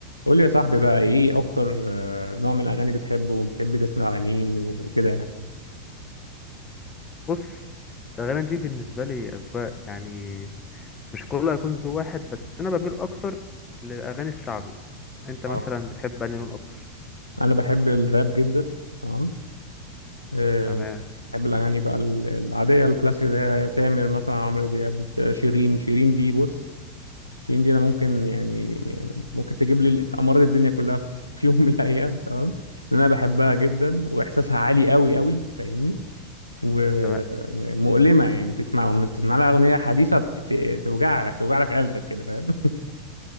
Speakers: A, on the left (about 80°); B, on the left (about 20°).
A: قول لي يا صاحبي بقى ايه اكتر آه، نوع من الاغاني بتحبه وبتحب تسمع على مين و- وكده يعني
B: بص الأغاني دي بالنسبة لي أذواق يعني مش كله هيكون ذو واحد بس أنا بميل أكتر للأغاني الشعبي أنت مثلا
A: اه
B: بتحب أنهي لون أكتر
A: انا بحب الراب جدا تمام آه،
B: تمام
A: بحب الاغاني بقى ال- العاديه الكلاسيك زي تامر مثلا عمرو دياب آه، شيرين شيرين دي بص شيرين دي انا ممكن يعني يعني ممكن تجيب لي امراض الدنيا كلها في <laughs> يوم من الايام تمام لان انا بحبها جدا واحساسها عالي قوي قوي فاهمني ومؤلمه
B: تمام
A: يعني تسمع أغنية- تسمع لها اغنيه حديثه ت- ت- توجع لك توجع لك قلبك كده فاهم <laughs>